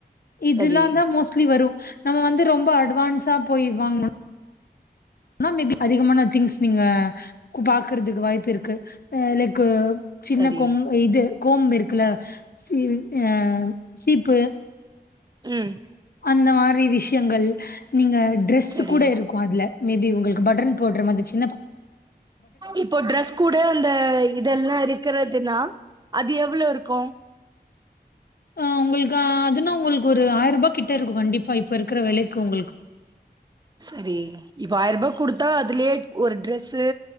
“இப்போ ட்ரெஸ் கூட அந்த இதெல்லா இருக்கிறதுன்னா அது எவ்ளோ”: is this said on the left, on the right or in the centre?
Right